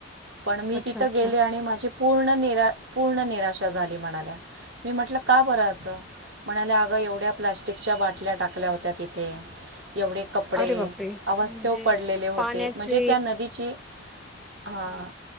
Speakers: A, on the right (about 80°); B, in the centre.
A: पण मी
B: अच्छा,
A: ती त
B: अच्छा.
A: गेले आणि माझी पूर्ण निरा पूर्ण निराशा झाली. म्हणाल्या मी म्हटलं का बरं अस म्हणाल्या, अगं एवढ्या प्लॅस्टिकच्या बाटल्या टाकल्या होत्या तिथे. एवढे कपडे
B: अरे बापरे!
A: अवास्थ्यव
B: म्हणजे
A: पडलेले होते
B: पाण्याची
A: म्हणजे, त्या नदीची. हां
B: हं,